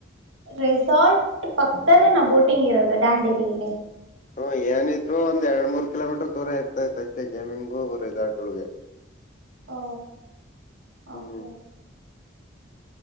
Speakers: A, on the right (about 85°); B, on the left (about 40°).
A: ರೆಸಾರ್ಟ್ ಪಕ್ತದಲ್ಲೇ ನಾವು ಬೋಟಿಂಗ್ ಇರೋದು ಡಾಂಡೇಲಿಲ್ಲಿ
B: ಹ್ಮ ಏನಿದ್ರು ಒಂದ್ ಎರಡ್ ಮೂ ಕಿಲೋಮೀಟರ್ ದೂರ ಇರ್ತೈತೆ ಅಷ್ಟೇ ಗೇಮಿಂಗ್ ಬರೀದು ಆರ್ಟೊಳಗೆ
A: ಓ
B: ಹ್ಮ್
A: ಓಕೆ ಓಕೆ